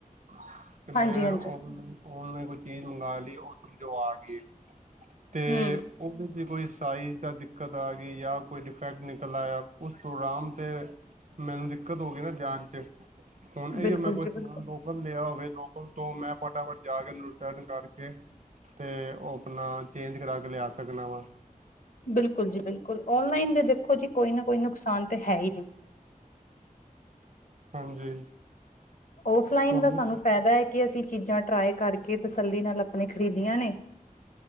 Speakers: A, on the right; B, on the left.
A: ਤੇ ਮੈਂ
B: ਹਾਂਜੀ ਹਾਂਜੀ
A: ਓਨ - ਓਨਲਾਈਨ ਕੋਈ ਚੀਜ਼ ਮੰਗਾ ਲਈ, ਤੇ ਉਹ ਆ ਗਈ ਤੇ,
B: ਹੂੰ
A: ਉਹਦੇ ਤੇ ਕੋਈ ਸਾਈਜ਼ ਦਾ ਦਿੱਕਤ ਆ ਗ ਯਾ ਕੋਈ ਡਿਫੈਕਟ ਨਿਕਲ ਆਇਆ, ਉਸ ਪ੍ਰੋਗਰਾਮ 'ਤੇ ਮੈਨੂੰ ਦਿੱਕਤ ਹੋ ਗਈ ਨਾ ਜਾਣ 'ਚ, ਹੁਣ ਐਹੀ
B: ਬਿਲਕੁਲ
A: ਓ ਮੈਂ ਕੋਈ
B: ਜੀ
A: ਸਮਾਨ
B: ਬਿਲਕੁਲ
A: ਲੋ ਪਰ ਲਿਆ ਹੋਵੇ ਲੋਕਲ ਤੋਂ, ਮੈਂ ਫਟਾਫਟ ਜਾ ਕੇ ਰਿਟਰਨ ਕਰਕੇ 'ਤੇ ਉਹ ਆਪਣਾ ਚੇਂਜ ਕਰਾ ਕੇ ਲਿਆ ਸਕਨਾ ਵਾਂ।
B: ਬਿਲਕੁਲ ਜੀ, ਬਿਲਕੁਲ। ਔਨਲਾਈਨ ਦੇ ਦੇਖੋ ਜੀ, ਕੋਈ ਨਾ ਕੋਈ ਨੁਕਸਾਨ ਤਾਂ ਹੈ ਈ ਨੇ।
A: ਹਾਂਜੀ
B: ਔਫਲਾਈਨ
A: ਤੁਹਾਨੂੰ
B: ਦਾ ਸਾਨੂੰ ਫਾਇਦਾ ਐ। ਇਹ ਅਸੀਂ ਚੀਜ਼ਾਂ ਟਰਾਈ ਕਰਕੇ, ਤਸੱਲੀ ਨਾਲ ਆਪਣੇ ਖਰੀਦੀਆਂ ਨੇ